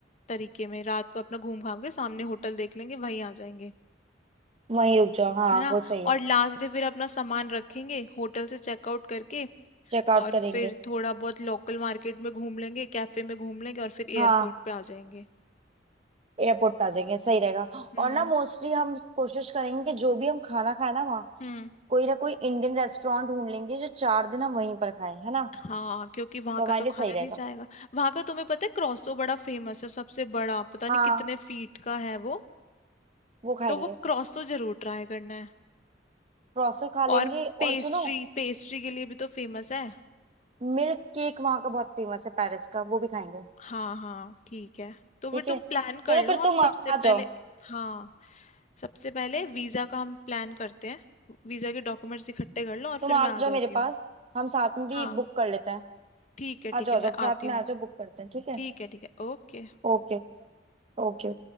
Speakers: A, on the left; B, on the right.
A: तरीके में रात को अपना घूम घाम के सामने होटल देख लेंगे वहीं आ जाएंगे
B: वहीं रुक जाओ हाँ
A: है ना
B: वो सही है
A: और लास्ट डे फिर अपना सामान रखेंगे होटल से चेकआउट करके
B: चेकआउट
A: और
B: करेंगे
A: फिर थोड़ा बहुत लोकल मार्केट में घूम लेंगे कैफे में घूम लेंगे और फिर
B: हाँ
A: एयरपोर्ट पे आ जाएंगे
B: एयरपोर्ट पे आ जाएंगे सही रहेगा
A: हम्म
B: और ना मोस्टली हम कोशिश करेंगे कि जो भी हम खाना खाए ना वहाँ
A: हम्म
B: कोई ना कोई इंडियन रेस्टोरेंट ढूंढ लेंगे जो चार दिन हम वहीं पर खाएं है ना
A: हाँ क्योंकि वहां
B: तो हमारे
A: का तो
B: लिए
A: खाया
B: सही रहेगा
A: नहीं जाएगा वहां का तुम्हें पता है क्रॉसो बड़ा फेमस है सबसे बड़ा पता नहीं
B: हाँ
A: कितने फीट का है वो
B: वो खाएंगे
A: तो वो क्रॉसो जरूर ट्राई करना है
B: प्रोसो खा
A: और
B: लेंगे
A: पेस्ट्री
B: और सुनो
A: पेस्ट्री के लिए भी तो फेमस है
B: मिल्क केक वहाँ का बहुत फेमस है पेरिस का वो भी खाएंगे
A: हाँ हाँ ठीक है तो फिर
B: ठीक
A: तुम
B: है
A: प्लान कर
B: चलो
A: लो
B: फिर
A: हम
B: तुम
A: सबसे
B: आ आ
A: पहले
B: जाओ
A: हाँ सबसे पहले वीजा का हम प्लान करते हैं वीजा के डॉक्यूमेंट्स इकट्ठे कर लो और
B: तुम
A: फिर
B: आ
A: मैं आ
B: जाओ
A: जाती
B: मेरे
A: हूँ
B: पास हम साथ में भी
A: हाँ
B: बुक कर लेते हैं
A: ठीक है
B: आ
A: ठीक
B: जाओ
A: है
B: आ
A: मैं
B: जाओ साथ
A: आती
B: में
A: हूँ
B: आ जाओ बुक करते हैं ठीक है
A: ठीक है ठीक है ओके
B: Okay okay